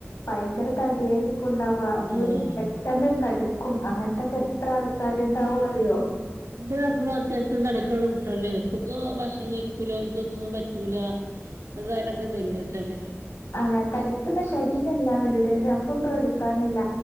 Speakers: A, on the left; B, on the right.
A: ഭയങ്കര തടിയായിരിക്കുണ്ടാവുക അവര്
B: ആഹ്
A: പെട്ടെന്ന് തടിക്കും അങ്ങനെ ക്കെ
B: തടിക്കും
A: എത്ര ആൾക്കാര്ണ്ടാവും
B: ഇന്റെ മക്കള്
A: അറിയോ
B: എന്റെ മക്കളും അത്യാവശ്യംതടി ഒക്കെള്ള കുട്ടികള് അയ്നു ഇപ്പൊക്ക ഭക്ഷണം കഴിക്കൂല അവർക്കൊന്നും പറ്റൂല അത് കഴിഞക്ക് മെലിഞ്ഞിട്ട ഉള്ളെ
A: ആഹ് തടിക്കുന്ന ശരീരല്ല അവരുടെത് അപ്പ പേടിക്കാനില്ല